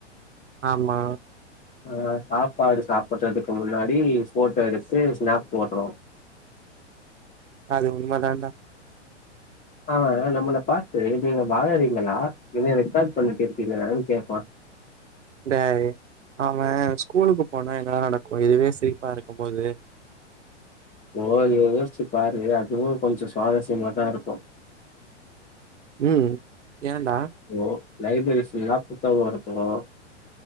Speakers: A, on the right; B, on the left.
A: ஆமா
B: ஆ சாப்பாடு சாப்புட்றதுக்கு முன்னாடி ஃபோட்டோ எடுத்து ஸ்நாப் போட்றோ
A: அது உண்ம தான்டா
B: அவ நம்மள பாத்து நீங்க வாங்கறீங்களா இல்ல ரெக்கார்ட் பண்ணிட்டு இருக்கீங்களான் கேப்பா
A: டேய் அவெ ஸ்கூலுக்கு போனா என்னலா நடக்கு இதுவே சிரிப்பா இருக்கும் போது
B: ஓ நீயு யோசிச்சு பாரு அதுவு கொஞ்ச சுவாரஸ்யமாதா இருக்கு
A: ம் ஏன்டா
B: ப்ரோ லைப்ரரிஸ் எல்லா புத்தகோ இருக்கனு